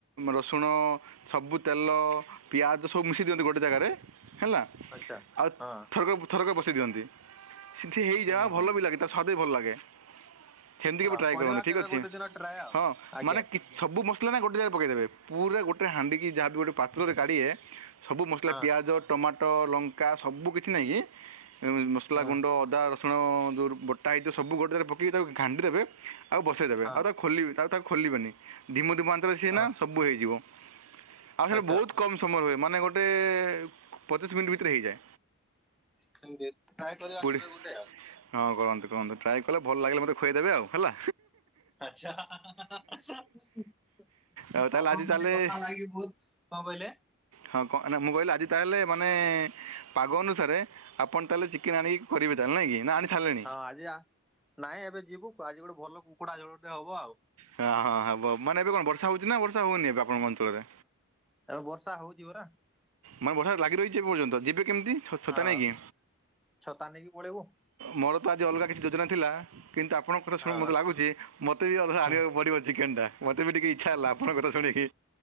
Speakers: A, on the right; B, in the centre.
A: ରସୁଣ ସବୁ ତେଲ ପିଆଜ ସବୁ ମିଶେଇ ଦିଅନ୍ତି ଗୋଟେ ଜାଗାରେ ହେଲା ଆଉ
B: ଆଚ୍ଛା ହଁ
A: ଥର- ଥରକ ବସେଇ ଦିଅନ୍ତି ସେଠି ହେଇଯା
B: ହୁଁ
A: ଭଲ
B: ହୁଁ
A: ବି ଲାଗେ। ତା ସଦେଇ ଭଲ ଲାଗେ ଛେନ୍ଦିକି
B: ହଁ
A: ବି ଟ୍ରାଏ
B: କରିବା
A: କରନ୍ତୁ ଠିକ୍
B: କେବେ
A: ଅଛି
B: ଗୋଟେ ଦିନ ଟ୍ରାଏ ଆଉ
A: ହଁ
B: ଆଜ୍ଞା।
A: ମାନେ ‌କି ସବୁ ମସଲା ନା ଗୋଟେ ଜାଗାରେ ପକେଇଦେବେ ପୁରା ଗୋଟେ ହାଣ୍ଡିକି ଯାହାବି ହଉ ଗୋଟେ ପାତ୍ରରେ କାଢିିବେ ସବୁ ମସଲା
B: ହଁ
A: ପିଆଜ, ଟମାଟୋ, ଲଙ୍କା ସବୁ କିଛି ନେଇକି ଏମିତି ମସଲା
B: ହଁ
A: ଗୁଣ୍ଡ ଅଦା, ରସୁଣ ଯଉ ବଟା ହେଇଥିବ ସବୁ ଗୋଟ ଜାଗାରେ ପକଇି ତାକୁ ଘାଣ୍ଟି ଦେବେ ଆଉ ବସେଇ ଦେବେ
B: ହଁ
A: ଆଉ ତାକୁ ଖୋଲିବେନି ତାକୁ- ତାକୁ ଖୋଲିବେନି ଧିମୁ ଧିମୁ ଆଞ୍ଚରେ ସିଏ
B: ହଁ
A: ନା ସବୁ ହେଇଯିବ। ଆଉ ସେଟା
B: ଆଚ୍ଛା।
A: ବହୁତ୍ କମ୍ ସମୟ ହୁଏ ମାନେ ଗୋଟେ ପଚିଶ୍ ମିନିଟ ଭିତରେ ହେଇଯାଏ।
B: ସେମିତି ଟ୍ରାଏ
A: ପଡେ।
B: <unintelligible>
A: ହଁ କରନ୍ତୁ କରନ୍ତୁ ଟ୍ରାଏ କଲେ ଭଲ ଲାଗିଲେ ମୋତେ ଖୁଆଇଦେବେ ଆଉ ହେଲା।
B: ଆଚ୍ଛା। ହାଁ -ହାଁ -ହାଁ।
A: ଆଉ ତାହେଲେ
B: ଆପଣଙ୍କ
A: ଆଜି ତାହେଲେ
B: ଟିକେ କଥା ଲାଗି ବହୁତ୍ କଣ କହିଲେ
A: ହଁ କଣ୍ -ନା ମୁଁ କହିଲି ଆଜି ତାହେଲେ ମାନେ ପାଗ ଅନୁସାରେ ଆପଣ ତାହେଲେ ଚିକେନେ ଆଣିକି କରିବେ ତାହେଲେ ନାଇଁ କି ନା ଆଣି ସାରିଲେଣି?
B: ହଁ ଆଜି ଆ- ନାଇଁ ଏବେ ଯିବୁ ଆଜି ଗୋଟେ ଭଲ କୁକୁଡା ଝୋଳ ଟେ ହବ ଆଉ।
A: ହଁ -ହଁ ହବ ମାନେ ଏବେ କଣ ବର୍ଷା ହଉଚି ନା ବର୍ଷା ହଉନି ଏବେ ଆପଣଙ୍କ ଅଞ୍ଚଳରେ?
B: ଏବେ ବର୍ଷା ହଉଚି ପରା।
A: ମାନେ ବର୍ଷା ଲାଗି ରହିଚି ଏ ପର୍ଯ୍ୟନ୍ତ ଯିବେ କେମିତି ଛ- ଛତା
B: ହଁ
A: ନାଇଁ କିି?
B: ଛତା ନେଇକି ପଳେଇବୁ
A: ମୋର ତ ଆଜି ଅଲଗା କିଛି ଯୋଜନା ଥିଲା କିନ୍ତୁ ଆପଣଙ୍କ କଥା ଶୁଣି
B: ହଁ।
A: ମୋତେ ଲାଗୁଚି ମୋତେ ବି ଅଲଗା
B: ହୁଁ
A: କରିବ ଚିକେନ୍ ଟା ମତେ ବି ଟିକେ ଇ ଇଛା ହେଲା‌ ଆପଣ କଥା ଶୁଣି କି